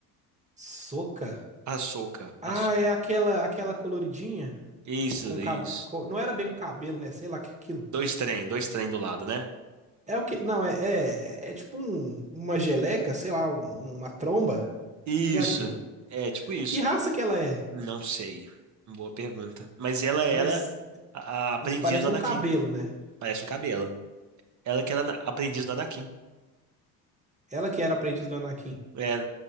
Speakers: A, on the right; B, on the right.
A: Soca.
B: Ahsoka,
A: Ah,
B: Ahsoka.
A: é aquela aquela coloridinha
B: Isso,
A: com cab...
B: isso.
A: com- não era bem um cabelo, né? Sei lá que é aquilo.
B: Dois trem, dois trem do lado, né?
A: É o que? Não, é é, é tipo um- uma geleca, sei lá, um- uma tromba.
B: Isso,
A: O que que é aquilo?
B: é tipo isso.
A: Que raça que ela é?
B: Não sei. Boa pergunta. Mas ela era
A: Mas
B: a a aprendiz
A: Isso parece
B: do Anakin.
A: um cabelo, né?
B: Parece um cabelo. Ela que era na- aprendiz do Anakin.
A: Ela que era aprendiz do Anakin.
B: é